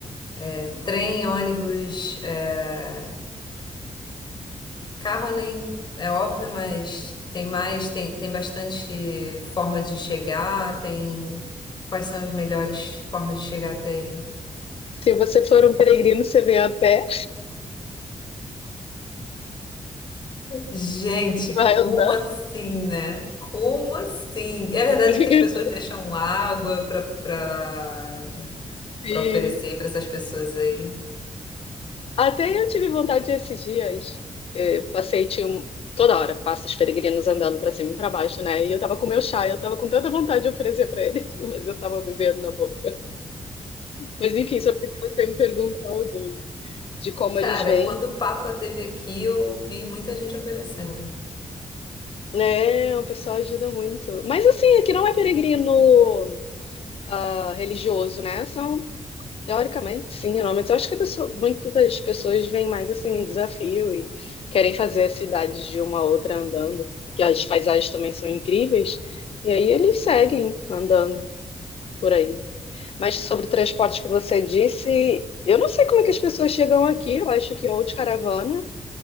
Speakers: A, on the left (about 40°); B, on the left (about 55°).
A: é, trem, ônibus, é, Carro nem é óbvio, mas tem mais, tem, tem bastante forma de chegar, tem quais são as melhores formas de chegar até aí?
B: Se você for um peregrino, você vem a pé,
A: Gente,
B: vai
A: como
B: andando.
A: assim, né? Como assim? É verdade
B: <laughs>
A: que as pessoas deixam água para para
B: E
A: para oferecer para essas pessoas aí.
B: até eu tive vontade esses dias, eu passei, tinha um- toda hora, passa os peregrinos andando para cima e para baixo, né? E eu tava com meu chá, eu tava com tanta vontade de oferecer para eles, <laughs> mas eu tava bebendo na boca. Mas enfim, sobre o que você me perguntou do, de como
A: Cara,
B: eles vêm.
A: quando o Papa esteve aqui, eu vi muita gente oferecendo.
B: Né, o pessoal ajuda muito. Mas assim, aqui não é peregrino ah, religioso, né? São, teoricamente, sim, não, mas eu acho que a pessoa- muitas das pessoas veem mais assim um desafio e querem fazer as cidades de uma a outra andando, porque as paisagens também são incríveis, e aí eles seguem andando por aí. Mas sobre transporte que você disse, eu não sei como é que as pessoas chegam aqui, eu acho que é ou de caravana.